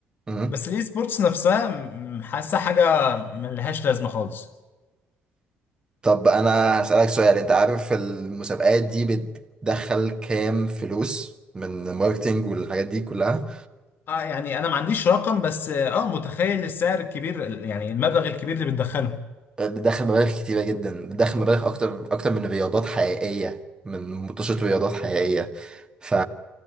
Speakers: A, on the right; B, on the left.
A: مم.
B: بس الاي سبورتس نفسها م- حاسه حاجه ملهاش لازمه خالص
A: طب انا هسألك سؤال انت عارف المسابقات دي بتدخل كام فلوس من ماركتينج والحاجات دي كلها؟
B: اه يعني انا ما عنديش رقم بس اه متخيل السعر الكبير ال- يعني المبلغ الكبير اللي بتدخله
A: بتدخل مبالغ كتيرة جدا بتدخل مبالغ أكتر أكتر من رياضات حقيقية من مطوشة رياضات حقيقية ف